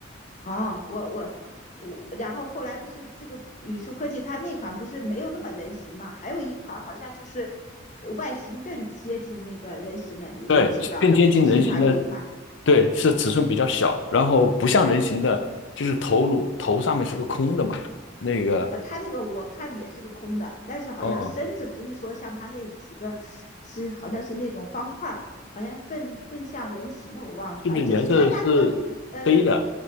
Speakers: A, on the left; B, on the left.
A: 哦，我我我，然后后来不是这个宇树科技它那款不是没有那么人形吗？还有一款好像就是呃外形更接近那个人形的，你你知不知道？
B: 对，更接近人形的，
A: 是不是还有一款？
B: 对，是尺寸比较小，然后不像人形的，就是头颅头上面是个空的嘛，那个，
A: 呃，他那个我看也是个空的，但是好像身子不是说像他那几个是好像是那种方块好像更更像人形的，
B: 哦，
A: 我忘了，
B: 是不是颜色是黑的？
A: 反正就是参加那个呃